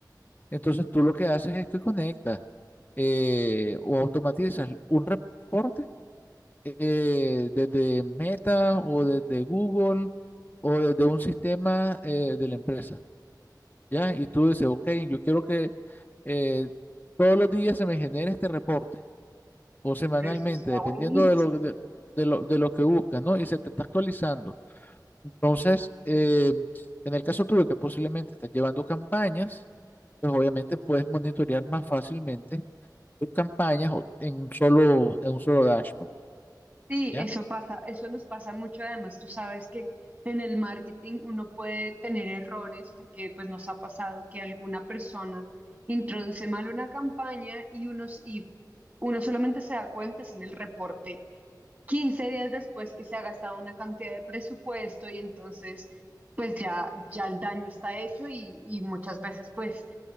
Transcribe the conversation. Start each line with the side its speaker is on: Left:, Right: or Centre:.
Left: Entonces tú lo que haces es que conectas eh, o automatizas un reporte eh, desde Meta o desde Google o desde un sistema eh, de la empresa, ¿ya? Y tú dices, ok, yo quiero que eh, todos los días se me genere este reporte o semanalmente,
Right: Pero eso está
Left: dependiendo
Right: buenísimo.
Left: de lo, de, de lo, de lo que buscas, ¿no? Y se te está actualizando. Entonces, eh, en el caso tuyo, que posiblemente estás llevando campañas, pues obviamente puedes monitorear más fácilmente tus campañas o- en un solo, en un solo dashboard,
Right: Sí,
Left: ¿ya?
Right: eso pasa, eso nos pasa mucho. Además, tú sabes que en el marketing uno puede tener errores porque pues nos ha pasado que alguna persona introduce mal una campaña y unos y uno solamente se da cuenta es en el reporte 15 días después que se ha gastado una cantidad de presupuesto y entonces pues ya ya el daño está hecho y, y muchas veces pues